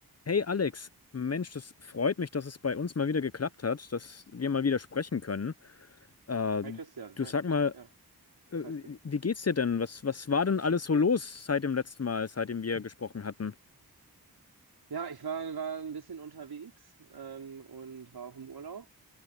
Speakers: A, on the left (about 40°); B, on the right (about 75°).
A: Hey Alex, Mensch, das freut mich, dass es bei uns mal wieder geklappt hat, dass wir mal wieder sprechen können. Äh,
B: Hi Christian,
A: du
B: hi.
A: sag mal,
B: Ja,
A: äh,
B: was hast du?
A: wie geht's dir denn? Was, was war denn alles so los seit dem letzten Mal, seitdem wir gesprochen hatten?
B: Ja, ich war, war ein bisschen unterwegs ähm, und war auch im Urlaub,